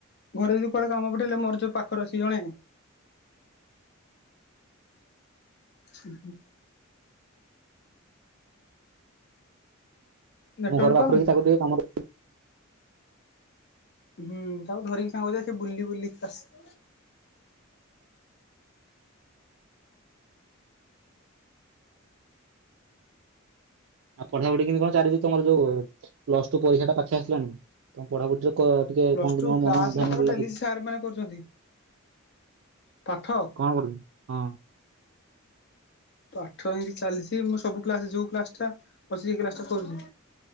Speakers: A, on the left; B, on the right.
A: ଘରେ ଯଦି କୁଆଡେ କାମ ପଠେଇଲେ ମୋର ଯୋଉ ପାଖରେ ଅଛି ଜଣେ। ହୁଁ ହୁଁ। ନେଟୱାର୍କ
B: ତମ ଘର ପାଖରେ
A: ପାଉନି
B: କି ତାକୁ ଟିକେ କାମ ଦ
A: ହୁଁ ତାକୁ ଧରିକି ସାଙ୍ଗରେ ଯାଏ। ସେ ବୁଲି ବୁଲିକି ଆସ
B: ଆଉ ପଢାପଢି କେନ୍ତି କଣ ଚାଲି ତୁମର ଯୋଉ ପ୍ଲସ ଟୁ ପରୀକ୍ଷା ଟା ପାଖି ଆସିଲାଣି ତମ ପଢାପଢିରେ ତ କ ଟିକେ
A: ପ୍ଲସ
B: କଣ
A: ଟୁ
B: କି ତୁମ
A: କ୍ଲାସ
B: ମନ ଧ୍ୟାନ
A: ତ ଡେଲି
B: ଲାଗି
A: ସାର୍ ମାନେ କରୁଛନ୍ତି। ପାଠ
B: କଣ କରିବୁ ହଁ।
A: ପାଠ ହେମତି ଚାଲିଚି। ମୁଁ ସବୁ କ୍ଲାସ ଯୋଉ କ୍ଲାସ ଟା ଅଛି ସେଇ କ୍ଲାସ ଟା କରୁଚି।